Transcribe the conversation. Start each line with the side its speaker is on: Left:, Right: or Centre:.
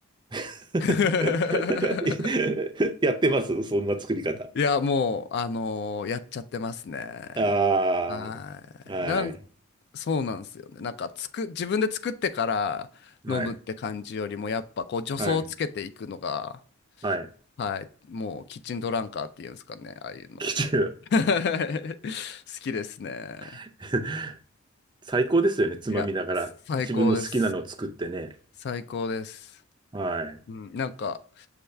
Right: <laughs>
Left: <laughs>
Right: やってますそんな作り方。
Left: いや、もう、あのーやっちゃってますね。
Right: あ
Left: はい。
Right: あ、はい、
Left: なんそうなんですよね。なんかつく、自分で作ってから飲むって感じよりも、
Right: はい。
Left: やっぱこう助走をつけていくのが、
Right: はい。はい。
Left: はい、もうキッチンドランカーっていうんですかね、ああいうの。
Right: <laughs> きちゅう。
Left: <laughs> 好きですね。
Right: <laughs> 最高ですよね。つまみながら。
Left: いや、最高です。
Right: 自分の好きなのを作ってね。
Left: 最高です。
Right: はい。
Left: うん、なんか、